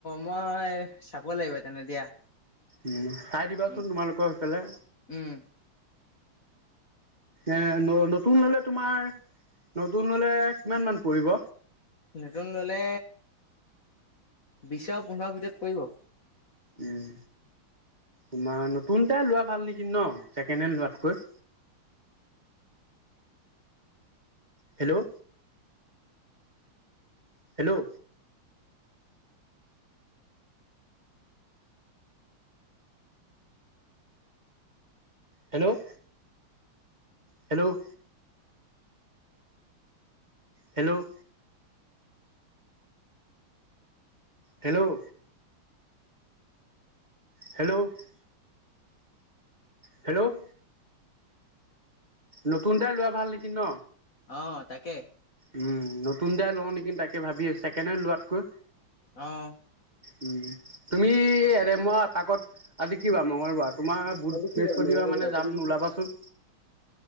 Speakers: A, on the left (about 40°); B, on the right (about 20°).
A: মই চাব লাগিব তেনে দিয়া।
B: উম, চাই দিবাচোন
A: উম
B: তোমালোকৰ সেইফালে?
A: উম
B: এ ন নতুন ললে, তোমাৰ নতুন ললে কিমান মান পৰিব।
A: নতুন ললে, বিশছৰ আৰু পোন্ধৰ ভিতৰত পৰিব।
B: উম তোমাৰ নতুনতোই লোৱা ভাল নেকি ন। ছেকেণ্ড হেণ্ড লোৱাতকৈ। Hello?. Hello. Hello hello hello hello. Hello কি হেল্ল' নতুন এটা লোৱা ভাল নেকি ন।
A: অহ তাকে।
B: উম নতুনটাই লওঁ নেকি তাকে ভাবিছো ছেকেণ্ড হেণ্ড লোৱাতকৈ।
A: অহ।
B: উম। তুমি, এনেই মই এপাকত। আজি কি বাৰ মংগলবাৰ। তোমাৰ বুধ
A: আজি কি
B: বৃহস্পতিবাৰ
A: যায় মঙল
B: মানে
A: যায়
B: যাম
A: তুমি
B: ওলাবাচোন।